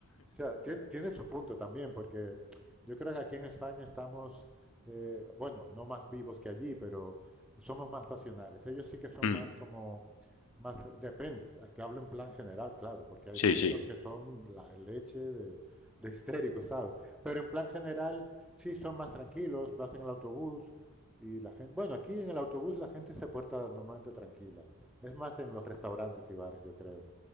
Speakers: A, in the centre; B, on the left.
A: O sea, tiene, tiene su punto también, porque yo creo que aquí en España estamos, eh, bueno, no más vivos que allí, pero somos más pasionales. Ellos sí que son
B: Mm,
A: más como, más, depende, te hablo en plan general, claro, porque hay
B: sí,
A: búlgaros
B: sí.
A: que son la leche de, de histéricos, ¿sabes? Pero en plan general sí son más tranquilos, vas en el autobús y la gente, bueno, aquí en el autobús la gente se porta normalmente tranquila. Es más en los restaurantes y bares, yo creo.